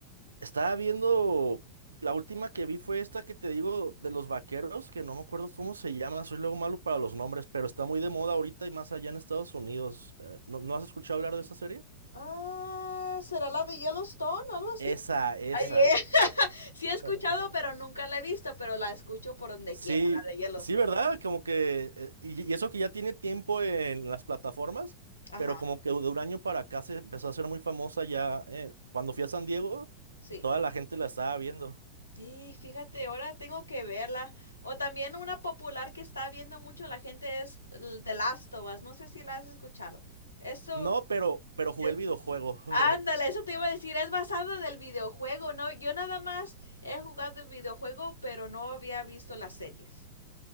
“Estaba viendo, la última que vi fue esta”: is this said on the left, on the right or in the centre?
Right